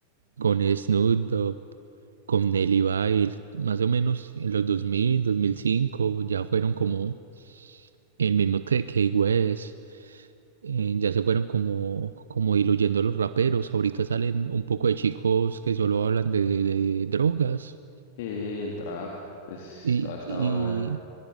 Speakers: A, on the right; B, on the left.
A: con Snoop Dogg, con Nelly Bail, más o menos en los dos dos mil dos mil cinco ya fueron como el mismo que Kanye West, eh, ya se fueron como, como diluyendo los raperos. Ahorita salen un poco de chicos que solo hablan de, de- de drogas.
B: eh, el trap, pues
A: Y,
B: toda esta
A: y,
B: ola.